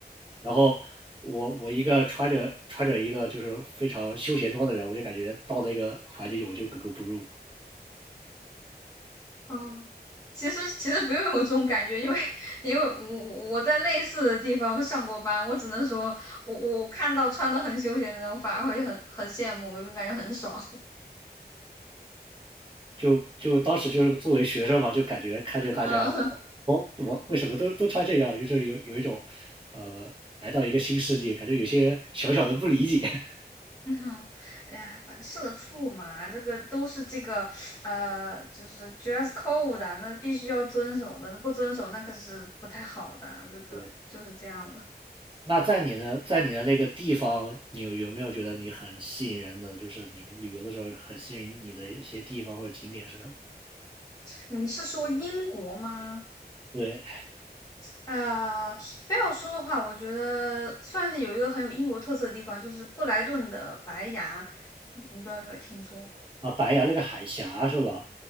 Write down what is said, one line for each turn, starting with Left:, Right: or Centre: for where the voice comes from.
Right: 然后我我一个穿着穿着一个就是非常休闲装的人，我就感觉到那个环境里我就格格不入。
Left: 嗯，其实其实不用有这种感觉，因为因为我我我在类似的地方上过班，我只能说我我看到穿的很休闲的人，我反而会很很羡慕，我就感觉很爽。
Right: 就就当时就是作为学生嘛，就感觉看着大家，
Left: <laughs> 嗯，
Right: 我我为什么都都穿这样，就是有有一种呃来到一个新世界，感觉有些小小的不理解。<laughs>
Left: 嗯哎呀，反正社畜嘛，这个都是这个呃，就是 dress code 的，那必须要遵守的，那不遵守那可是不太好的啊，这个就是这样的。
Right: 对，那在你的在你的那个地方，你有有没有觉得你很吸引人的，就是你旅游的时候很吸引你的一些地方或者景点是什么？
Left: 你是说英国吗？
Right: 对
Left: 呃，非要说的话，我觉得算是有一个很有英国特色的地方，就是布莱顿的白崖，你不知道有没有听说过？
Right: 啊，白崖那个海峡是吧？